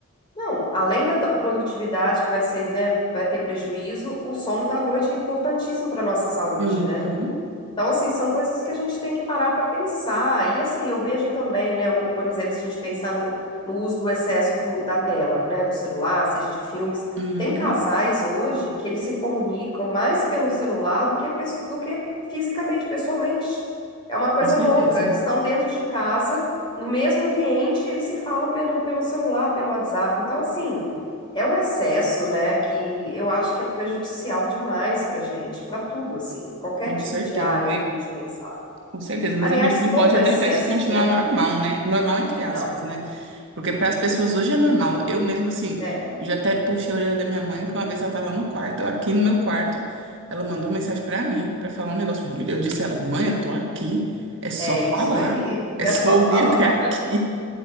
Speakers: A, on the left; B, on the right.
A: Não, além da ta- produtividade que vai ser, né, vai ter prejuízo, o sono da noite é importantíssimo para a nossa saúde,
B: Uhum,
A: né? Então, assim, são coisas que a gente tem que parar para pensar. E, assim, eu vejo também, né, o- por exemplo, se a gente pensar no, no uso do excesso do- da tela, né, do celular, seja de filmes,
B: uhum,
A: tem casais hoje que eles se comunicam mais pelo celular do que, pes- do que fisicamente, pessoalmente. É uma coisa
B: com certeza,
A: louca. Eles estão dentro de casa, no mesmo ambiente, e eles se falam pelo, pelo celular, pelo WhatsApp. Então, assim. É um excesso, né, que eu acho que é prejudicial demais para gente, para tudo, assim, qualquer
B: com
A: tipo
B: certeza,
A: de área que a gente pensar.
B: com certeza. Mas
A: Aliás,
B: a gente não
A: todo
B: pode é
A: excesso,
B: deixar isso continuar
A: né?
B: normal, né? Normal, entre aspas,
A: Não,
B: né? Porque para as pessoas hoje é normal. Eu mesmo assim,
A: é,
B: eu já até puxei a orelha da minha mãe, que uma vez ela estava no quarto, eu aqui no meu quarto, ela mandou mensagem para mim para falar um negócio. muito- Eu disse a ela, mãe, eu tô aqui, é só
A: é
B: falar,
A: isso aí, <laughs>
B: é
A: é
B: só
A: só
B: ouvir
A: falar,
B: até aqui.